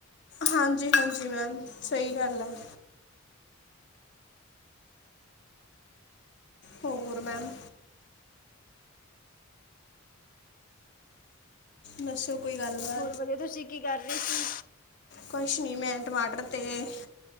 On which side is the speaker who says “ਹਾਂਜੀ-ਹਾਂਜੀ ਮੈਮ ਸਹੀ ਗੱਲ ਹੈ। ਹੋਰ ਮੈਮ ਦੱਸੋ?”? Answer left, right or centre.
Left